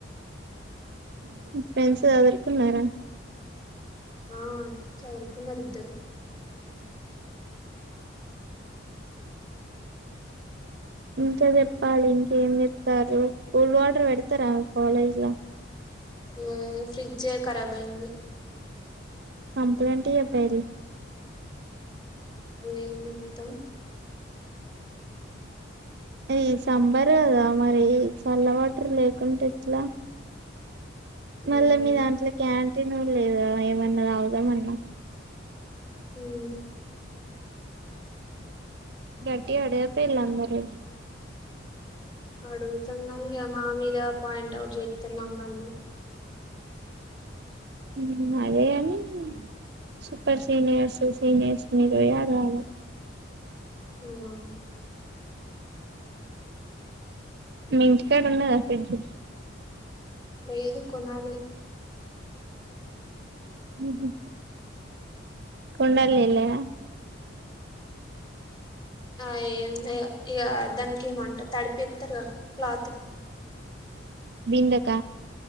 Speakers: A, on the right; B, on the left.
A: మీ ఫెండ్స్ సదుర్కున్నరా
B: ఆ చదురుకున్నారు ఇద్దరు
A: ఇంకా చెప్పాలి ఇంకేంజేత్తర్రు కూల్ వాటర్ పెడతారా మీ కాలేజ్ ల
B: ఎ ఫ్రిడ్జె కరాబ్ అయింది
A: కంప్లైంట్ ఇయ్యపెల్ల్
B: ఎం ఇత్తమ్
A: అది సంబర్ గదా మరి చల్ల వాటర్ లేకుంటే ఎట్లా మళ్ళా
B: ఉమ్
A: మీ దాంట్ల క్యాంటీన్ను కూడా లేదు కదా ఏమన్నా తగుదామన్నా
B: ఉమ్
A: గట్టిగా అడగా పొయ్యిల్లు అందరూ
B: అడుగుతంగని ఇగ మా మీద పాయింట్ అవుట్ జెత్తర్ మమ్మల్ని
A: ఉమ్ అదే గానీ సూపర్ సీనియర్స్ సీనియర్స మీరు పోయి అడగాలే
B: <unintelligible>
A: మీ ఇంటికాడ ఉన్నాదా ఫ్రిడ్జ్
B: లేదు కొనాలి
A: ఉహ్మ్ కుండల్నిల్లేన
B: ఆ ఏం ఇగ దానికి ఏమొంటా తడిపేత్తరుగ క్లాత్
A: బిందక